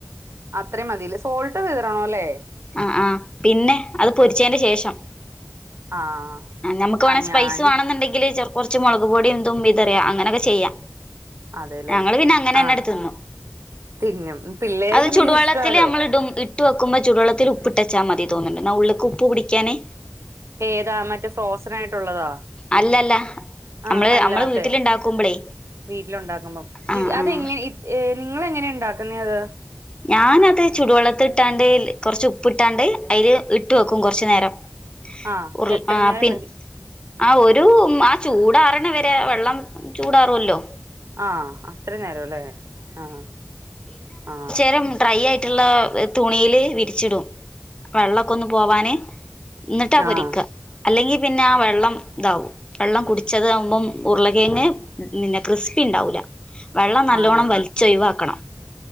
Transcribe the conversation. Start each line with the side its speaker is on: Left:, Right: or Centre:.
Right: അത്രയും മതില്ലേ സോൾട്ട് കീറണോല്ലേ
Left: ആഹ് ആഹ് പിന്നെ അത് പൊരിച്ചേന്റെ ശേഷം
Right: ആ
Left: ആഹ് ഞമ്മക് വേണം
Right: ആ
Left: സ്പൈസ്
Right: ഞാന്
Left: വാണന്നുണ്ടെങ്കില് ചെറ് കോറച്ച് മുളക് പൊടിം തും വിതറിയാ അങ്ങനോക്കെ ചെയ്യാ
Right: അതെല്ലേ
Left: ഞങ്ങള് പിന്ന അങ്ങനെന്നട്ത്തുന്നു
Right: ആ തിന്നും ഉം, പിള്ളേർക്ക്
Left: അത് ചുടുവെള്ളത്തില്
Right: പിന്നെ ഇഷ്ടാലോ
Left: നമ്മൾ ഇടും ഈ ഇട്ട് വെക്ക്ബോ ചുടുവള്ളത്തില് ഉപ്പട്ടച്ചാ മതി തോന്ന്ൻണ്ട് എന്നാ ഉള്ള്ക്ക് ഉപ്പ് പുടിക്കാന്
Right: ഏതാ മറ്റേ ഫ്രോസൺ ആയിട്ടുള്ളതാ
Left: അല്ലല്ല
Right: ആഹ്
Left: നമ്മള്
Right: അല്ലാത്തെ
Left: നമ്മള് വീട്ടിലുണ്ടാക്കുമ്പളേ
Right: വീട്ടിലുണ്ടാക്കുമ്പോ ഈ
Left: ആഹ്
Right: അതെങ്ങന
Left: ആഹ്
Right: ഏഹ് നിങ്ങൾ എങ്ങനെയാ ഇണ്ടാക്ക്ന്നെ അത്
Left: ഞാന അത് ചുടുവെള്ളത്ത് ഇട്ടാണ്ട് കോറച്ച് ഉപ്പ് ഇട്ടാണ്ട് അയില് ഇട്ട് വെക്കും കോറച്ച് നേരം
Right: ആ
Left: ഉർ
Right: എത്ര
Left: ആഹ്
Right: നേരം
Left: പിന്
Right: വെ
Left: ആഹ് ഒരു ആഹ് ചൂടാറണ വരെ വെള്ളം ചൂടാറുല്ലോ
Right: ആഹ് അത്രയും നേരംല്ലേ ആഹ് ആഹ്
Left: ഭരം ഡ്രൈ ആയിട്ടുള്ള തുണിയില് വിരിച്ചിടും വെള്ളക്കൊന്നും പോവാന് എന്നിട്ടാ
Right: ആഹ്
Left: പൊരിക്ക അല്ലെങ്കിൽ പിന്ന ആഹ് വെള്ളം ഇതാവും വെള്ളം കുടിച്ചത് ആകുമ്പം ഉരുളകേങ്ങ് പിന്നെ ക്രിസ്പി ണ്ടാവൂല വെള്ളം നല്ലോണം
Right: ആണല്ലേ
Left: വലിച്ചൊഴിവാക്കണം